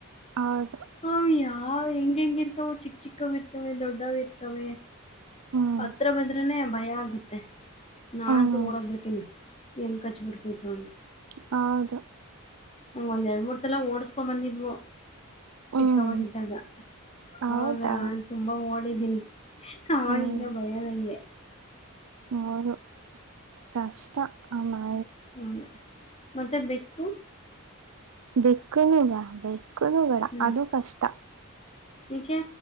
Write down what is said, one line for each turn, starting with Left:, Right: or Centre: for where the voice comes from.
Right: ಹೌ
Left: ಹ ಯಾವ ಹೆಂಗ ಹೆಂಗ ಇರ್ತಾವ ಚಿಕ್ಕ ಚಿಕ್ಕವ ಇರ್ತವೆ ದೊಡ್ಡ ಇರ್ತವೆ.
Right: ಹ್ಮ್
Left: ಹತ್ರ ಬಂದ್ರನೆ ಭಯ ಆಗ್ ತ್ತೆ ನಾಂತು
Right: ಹ್ಮ್
Left: ಓಡೊಗ್ ಬಿಡ್ತೀನಿ. ಎಲ್ ಕಚ್ ಬಿಡ್ತೈತೋ ಅಂತ.
Right: ಹೌದು
Left: ನಂಗ ಒಂದ ಎರಡು ಮೂರು ಸಲ ಓಡಿಸ್ಕೊಂಡ ಬಂದಿದ್ವು.
Right: ಹ್ಮ್
Left: ಚಿಕ್ಕವಗಿದ್ದಗ
Right: ಹೌದಾ
Left: ಅವಗ ತುಂಬಾ ಓಡಿದಿನಿ. <inaudible> ಅವಗಿಂದ
Right: ಹ್ಮ್
Left: ಭಯ ನನ್ ಗೆ
Right: ಹೌದು <unintelligible> ಕಷ್ಟ ಆ ಮ
Left: <unintelligible> ಮತೆ ಬೆಕ್ಕು
Right: ಬೆಕ್ಕುನು ಬಾ ಬೆ ಕ್ಕುನುಬೇಡ
Left: ಹ್ಞೂ
Right: ಅದು ಕಷ್ಟ.
Left: ಏಕೆ